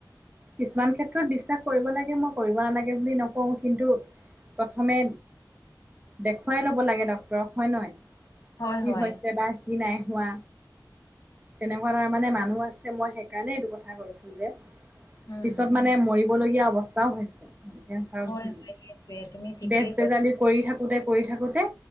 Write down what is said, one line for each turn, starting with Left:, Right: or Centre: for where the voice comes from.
Right: কিছুমান ক্ষেত্ৰত বিশ্বাস কৰিব লাগে মই কৰিব নালাগে বুলি নকওঁ কিন্তু প্ৰথমে, দেখুৱাই ল'ব লাগে ডক্তৰক হয় নহয়?
Left: হয়
Right: কি
Left: হয়
Right: হৈছে বা কি নাই হোৱা তেনেকুৱা তাৰমানে মানুহ আছে মই সেইকাৰণে এইটো কথ থা কৈছো যে
Left: উম
Right: পিছত মানে মৰিবলগীয়া অৱস্থাও হৈছে। উম কেন্সাৰত
Left: হয়
Right: ভুগি,
Left: হয় সেইটোয়ে তুমি ঠিকেই
Right: বেজ
Left: কৈছা
Right: বেজালি কৰি থাকোতে কৰি থাকোতে